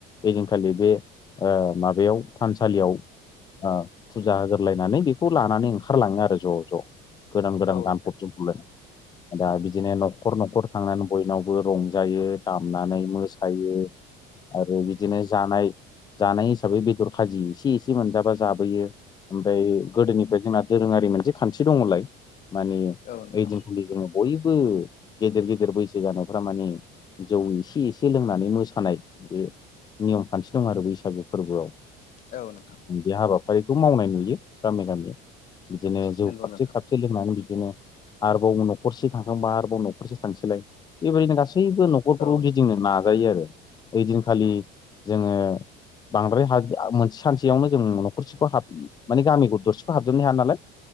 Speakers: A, on the left (about 20°); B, on the left (about 40°).
A: ओइदिनखालि बे ओं माबायाव थानसालियाव ओं फुजा होग्रोलायनानै बेखौ लानानै ओंखारलाङो आरो ज' ज'। गोदान गोदान
B: औ
A: गानफब
B: नोंथां
A: जोमफबलायनानै। दा बिदिनो न'खर न'खर थांनानै बयनावबो रंजायो, दामनानै मोसायो। आरो बिदिनो जानाय जानाय हिसाबै बेदर खाजि एसे एसे मोनजाबा जाबोयो। ओमफ्राय गोदोनिफ्राय जोंना दोरोङारि मोनसे खान्थि दङलाय माने
B: औ नोंथां औ नोंथां
A: ओइ दिनखालि जोङो बयबो गेदेर गेदेर बैसो जानायफ्रा माने जौ एसे एसे लोंनानै मोसानाय बे नियम खान्थि दं आरो बैसागु फोरबोआव।
B: औ नोंथां।
A: बे हाबाफारिखौ मावनाय नुयो गामि गामि बिदिनो जों
B: नोंथां नंगौ नोंथां
A: एसे लोंनानै बिदिनो आरोबाव न'खरसे थांखांबा आरोबाव न'खरसे थांसैलाय। बेबायदिनो गासैबो न'खरफोरखौ
B: औ नोंथां औ
A: गिदिंनो नाजायो आरो ओइदिनखालि जोङो बांद्राय हा मोनसे सानसेयावनो जों न'खरसेखौ हाब माने गामिखौ दरसेखौ हाबजोबनो हाया नालाय